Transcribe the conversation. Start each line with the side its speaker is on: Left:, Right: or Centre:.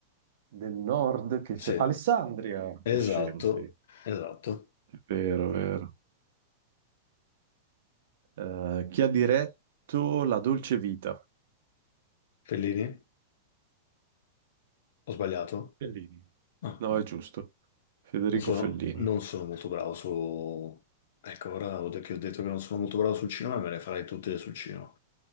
Right: del nord che c'è
Left: Sì,
Right: Alessandria.
Left: esatto,
Right: Che scemo, sì.
Left: esatto.
Right: È vero, è vero. Eh, chi ha diretto La Dolce Vita?
Left: Fellini? Ho sbagliato?
Right: Bellini.
Left: No,
Right: No,
Left: no.
Right: è giusto. Federico
Left: Non sono,
Right: Fellini.
Left: non sono molto bravo su... Ecco, ora ho de- che ho detto che non sono molto bravo sul cinema, me le farei tutte sul cinema.